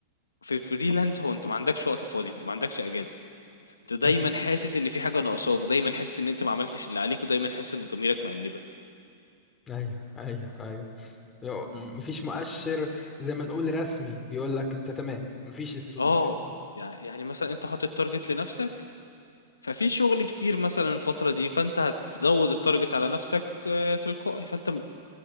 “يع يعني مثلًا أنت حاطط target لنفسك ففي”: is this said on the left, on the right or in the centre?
Left